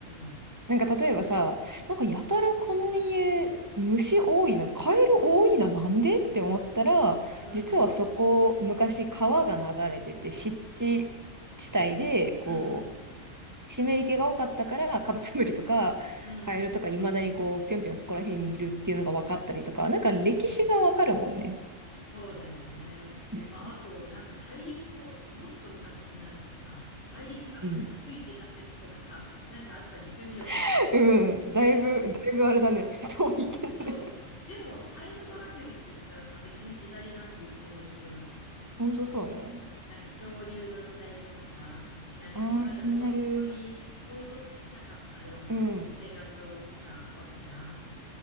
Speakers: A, on the left (about 60°); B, on the right (about 15°).
A: ん、
B: なんか例えばさ、なんかやたらこの家、虫多いな、カエル多いな、なんでって思ったら、
A: うん、
B: 実はそこ、昔川が流れてて、湿地地帯で、こ
A: うん、
B: う、湿り気が多かったから、カタツムリとか、
A: うん、
B: カエルとか、未だにこう、ぴょんぴょんそこら辺にいるっていうのが分かったりとか、なんか歴史がわかるもんね。
A: うん。そうだよね。
B: うん
A: まあ、あと、なんか大陸も、もっと昔になるとさ、大陸がくっついてた説とかさ、
B: うん。
A: なんかあったりするよね。
B: <laughs> うん、だいぶ、
A: なんか、
B: だいぶあれだね。<laughs> 遠いけどね。
A: そう。でも、タイムトラベルって言ったらさ、別に時代なんていつでも行けるわけじゃん。
B: ほんとそうね。
A: なんか恐竜の時代とかさ、なんか今じゃ本当に想像できなかったような生活をしてたわけじゃん。
B: ああ、気になる。うん。